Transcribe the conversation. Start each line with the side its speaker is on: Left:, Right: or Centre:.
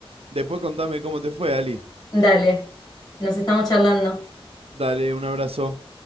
Right: Después contame cómo te fue, Ali.
Left: Dale, nos estamos charlando.
Right: Dale, un abrazo.